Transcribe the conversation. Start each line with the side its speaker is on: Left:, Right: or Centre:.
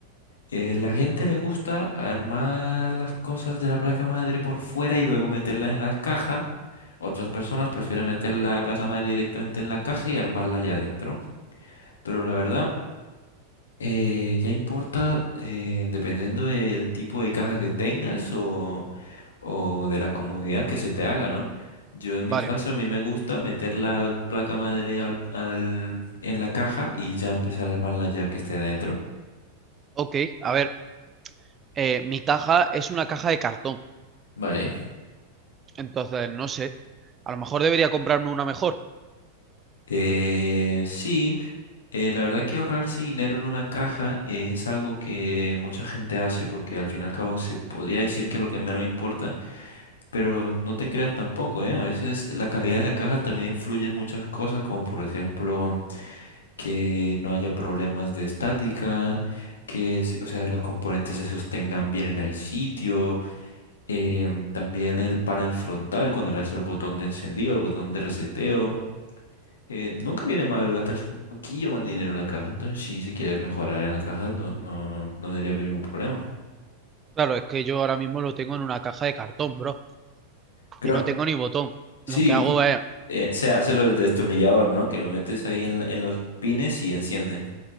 Left: Eh, la gente le gusta armar las cosas de la placa madre por fuera y luego meterlas en la caja. Otras personas prefieren meter la placa madre directamente en la caja y armarla allá adentro. Pero la verdad... Eh, ya importa eh, dependiendo del tipo de caja que tengas o, o de la comodidad que se te haga, ¿no? Yo en mi
Right: vale.
Left: caso a mí me gusta meter la placa madre al, al- en la caja y ya empezar a armarla ya que esté dentro.
Right: Ok, a ver, eh, mi caja es una caja de cartón.
Left: Vale.
Right: Entonces, no sé. A lo mejor debería comprarme una mejor.
Left: Eh, sí, eh, la verdad que ahorrarse dinero en una caja es algo que mucha gente hace porque al fin y al cabo se podría decir que es lo que menos importa. Pero no te creas tampoco, ¿eh? A veces la calidad de la caja también influye en muchas cosas, como por ejemplo que no haya problemas de estática, que se- o sea, los componentes se sostengan bien en el sitio, em, también el panel frontal cuando le das al botón de encendido, al botón de reseteo. eh, nunca viene mal gastarse un poquillo más de dinero en la caja, entonces sí, si quieres mejorar en la caja, no, no, no debería haber ningún problema.
Right: Claro, es que yo ahora mismo lo tengo en una caja de cartón, bro.
Left: Claro,
Right: Y no tengo ni botón.
Left: sí,
Right: Lo que hago es,
Left: eh, se hace lo del destornillador, ¿no? Que lo metes ahí en, en los pines y enciende.